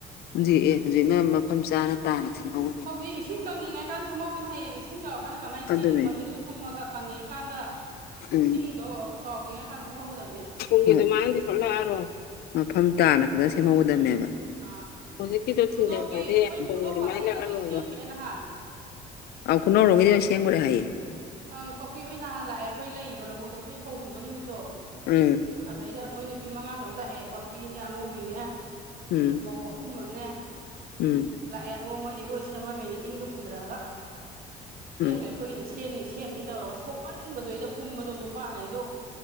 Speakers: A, on the left; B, on the right.
A: ꯍꯧꯖꯤꯛ ꯑꯦ ꯍꯧꯖꯤꯛꯅ ꯃꯐꯝ ꯆꯥꯅ ꯇꯥꯅ ꯁꯤꯟꯍꯧꯒ
B: ꯍꯧꯖꯤꯛ ꯏꯁꯤꯡ ꯀꯪꯉꯤꯀꯥꯟ ꯁꯦꯝꯍꯧꯗꯅ ꯍꯌꯦꯡ ꯏꯁꯤꯡ ꯆꯥꯎ ꯀꯥꯟꯗ ꯀꯃꯥꯏꯅ
A: ꯑꯗꯨꯅꯦ
B: ꯁꯦꯝꯅꯤ ꯃꯅꯨꯡꯗꯨꯗ ꯀꯨꯝꯃꯒ ꯀꯪꯉꯤ ꯀꯥꯟꯗ
A: ꯎꯝ
B: ꯏꯁꯤꯡꯗꯣ ꯆꯥꯎꯗꯦꯉ ꯀꯥꯟꯗ ꯁꯦꯝꯍꯧꯒꯗꯕꯅꯦ
A: ꯔ ꯃꯐꯝ ꯇꯥꯅ ꯐꯖꯅ ꯁꯦꯝꯍꯧꯒꯗꯕꯅꯦꯕ
B: ꯑꯥ
A: ꯍꯧꯖꯤꯛꯀꯤꯗꯣ ꯊꯤꯡꯖꯕꯗꯤꯦ
B: ꯈꯨꯅꯧꯒꯤ ꯃꯣꯏ
A: ꯄꯨꯡ
B: ꯈꯨꯅꯧ
A: ꯑꯗꯨꯃꯥꯏꯅ
B: ꯄꯥꯔꯇꯤꯒꯤꯗꯤ
A: ꯂꯥꯛꯑꯔꯣꯏꯕ
B: ꯂꯣꯏ ꯁꯦꯝꯈ꯭ꯔꯦ ꯅꯍꯥꯟ
A: ꯑ ꯀꯨꯅ ꯔꯣꯡꯒꯦꯗꯤ ꯁꯦꯡꯡꯔ ꯍꯥꯏꯌꯦ
B: ꯑꯪ ꯄꯥꯛꯄꯤ ꯍꯣꯏ ꯅꯍꯥꯟ ꯂꯥꯛꯑꯦ ꯑꯩꯈꯣꯏ ꯂꯩꯕ ꯂꯧꯕꯣꯛꯇꯣ ꯑꯩꯈꯣꯏ ꯐꯧ ꯍꯨꯟꯕ ꯅꯨꯃꯤꯠꯇꯣ
A: ꯎꯝ
B: ꯑꯗꯨꯗꯏꯗ ꯃꯣꯏ ꯅꯨꯄꯤ ꯃꯉꯥ ꯇꯔꯨꯛ ꯂꯥꯛꯑꯦ ꯄꯥꯛꯄꯤꯅꯦ ꯑꯉꯧꯕꯤꯅꯦ
A: ꯎꯝ
B: ꯧ ꯑꯄꯨꯝꯅꯅꯦ
A: ꯎꯝ
B: ꯂꯥꯛꯑꯦ ꯑꯗꯨꯒ ꯃꯣꯏꯗꯤ ꯂꯣꯏ ꯁꯦꯝꯃꯝꯃꯤꯅꯤ ꯏꯟꯒ ꯄꯨꯊꯔꯛꯑꯒ ꯁꯦꯝꯈ꯭ꯔꯦ
A: ꯎꯝ
B: ꯑꯩꯈꯣꯏꯒꯤꯅ ꯁꯦꯝꯅꯤ ꯁꯦꯝꯅꯤ ꯇꯧꯔꯒ ꯁꯣꯛꯃꯟꯕꯗꯩꯗ ꯀꯨꯝꯕꯗꯣ ꯅꯨꯄꯥꯈꯩꯗꯣ